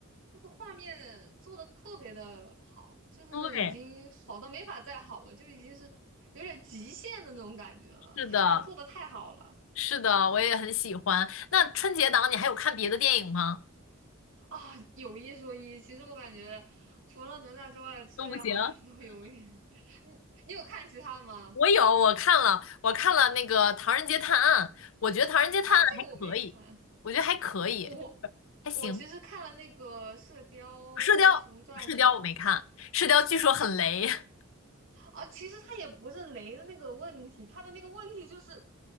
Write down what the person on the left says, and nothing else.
对，
是的，
是的，我也很喜欢。那春节档你还有看别的电影吗？
都不行。
我有，我看了，我看了那个《唐人街探案》，我觉得《唐人街探案》还可以，
我觉得还可以，
还行。
射雕，射雕我没看，射雕据说很雷。<laughs>